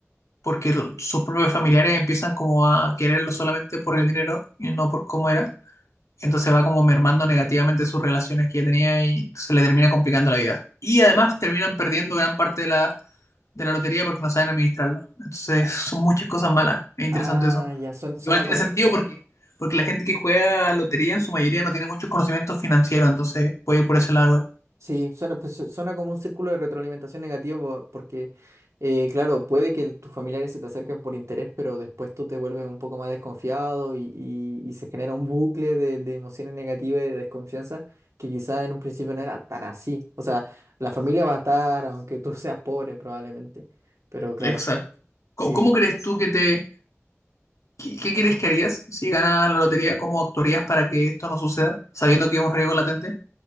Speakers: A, on the left (about 80°); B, on the right (about 75°).
A: porque lo- sus propios familiares empiezan como a quererlo solamente por el dinero y no por cómo era. Entonces va como mermando negativamente sus relaciones que ya tenía y se le termina complicando la vida. Y además terminan perdiendo gran parte de la, de la lotería porque no saben administrarlo. Entonces son muchas cosas malas. Es interesante
B: Ah,
A: eso.
B: ya, suena, suena
A: Igual tiene
B: como,
A: sentido porque, porque la gente que juega lotería en su mayoría no tiene muchos conocimientos financieros, entonces puede ir por ese lado igual.
B: Sí, suena, pues, su- suena como un círculo de retroalimentación negativo po- porque, eh, claro, puede que tus familiares se te acerquen por interés, pero después tú te vuelves un poco más desconfiado y, y- y se genera un bucle de, de emociones negativas y de desconfianza que quizás en un principio no era tan así. O sea, la familia va a estar, aunque tú <laughs> seas pobre probablemente, pero claro,
A: Exacto. ¿Cómo,
B: sí.
A: cómo crees tú que te... ¿Qué, qué crees que harías si ganas la lotería? ¿Cómo actuarías para que esto no suceda, sabiendo
B: Yo,
A: que es un riesgo latente?